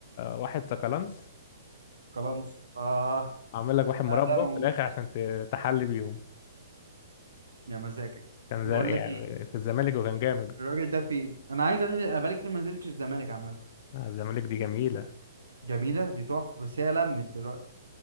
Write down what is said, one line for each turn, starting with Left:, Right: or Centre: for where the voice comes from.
Left: واحد سكالانس
Right: خلاص اه
Left: عامل لك واحد مربى
Right: لا ده موجود
Left: في الاخر عشان ت- تحلي بيهم
Right: يا مزاجك
Left: كان
Right: بقول
Left: زي يعني
Right: لك ايه
Left: في الزمالك وكان جامد
Right: الراجل ده فين انا عايز انزل انا بقالي كتير ما نزلتش الزمالك عامه
Left: آه، الزمالك دي جميلة
Right: جميله دي تحفه بس هي لمت دلوقتي